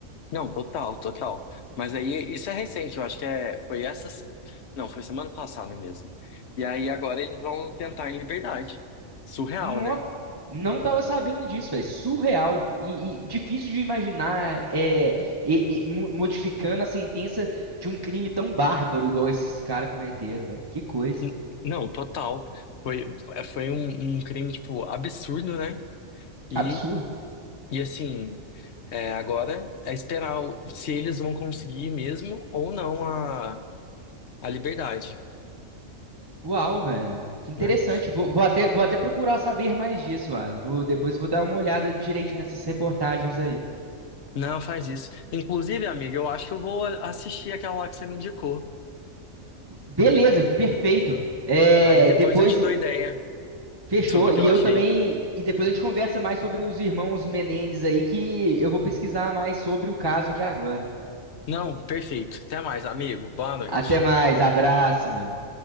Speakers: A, on the left; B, on the right.
A: Não, total, total. Mas aí isso é recente, eu acho que é, foi essa. se- Não, foi semana passada mesmo. E aí agora eles vão tentar em liberdade. Surreal,
B: Nó,
A: né?
B: não tava sabendo disso, velho. Surreal e, e difícil de imaginar é e- e mo- modificando a sentença de um crime tão bárbaro igual esses caras cometeram, velho. Que coisa.
A: N- Não, total. Foi, é, foi um, um crime, tipo, absurdo, né? E,
B: Absurdo.
A: e assim, é, agora é esperar o- se eles vão conseguir mesmo ou não a, a liberdade,
B: Uau, velho. Que interessante.
A: né?
B: Vou, vou até, vou até procurar saber mais disso, Alan. Vou, depois vou dar uma olhada direitinho nessas reportagens aí.
A: Não, faz isso. Inclusive, amiga, eu acho que eu vou a- assistir aquela lá que você me indicou.
B: Beleza, perfeito. É,
A: Aí depois
B: depois
A: eu te dou ideia.
B: fechou.
A: sobre o
B: E
A: que eu
B: eu
A: achei.
B: também. E depois a gente conversa mais sobre os irmãos Menendez aí, que eu vou pesquisar mais sobre o caso que é agora.
A: Não, perfeito. Até mais, amigo. Boa noite.
B: Até mais, abraço, mano.